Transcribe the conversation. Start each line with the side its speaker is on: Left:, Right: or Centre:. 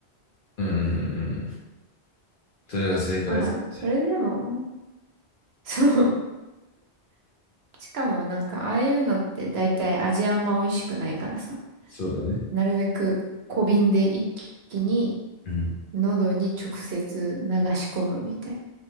Left: ん、うん。それが正解ですね。
Right: まあ、それでも、そう。しかもなんかああいうのって大体味あんま美味しくないからさ、
Left: そうだね。
Right: なるべく小瓶で一気に
Left: うん、
Right: 喉に直接流し込むみたい